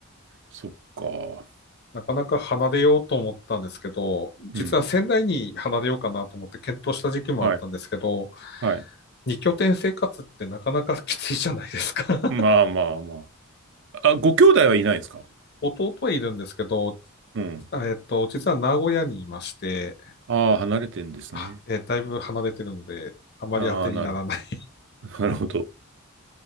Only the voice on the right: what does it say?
そっか。
うん。はい。はい。
まあまあまあ。あ、ご兄弟はいないんですか
うん。
ああ、離れてんですね。
ああ、なるほど。<laughs> なるほど。